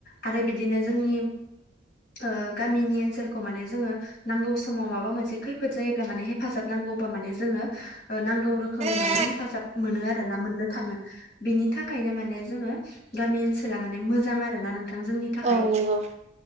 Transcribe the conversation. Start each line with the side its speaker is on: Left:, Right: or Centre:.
Left: आरो बिदिनो जोंनि ओ गामिनि ओनसोलखौ माने जोङो नांगौ समाव माबा मोनसे खैफोद जायोब्ला माने हेफाजाब नांगौबा माने जोङो नांगौ रोखोमै
Right: औ
Left: माने हेफाजाब मोनो आरो ना मोननो थाङो बिनि थाखायनो माने जोङो गामि ओनसोला माने मोजां आरोना नोंथां जोंनि थाखाय
Right: औ नंगौ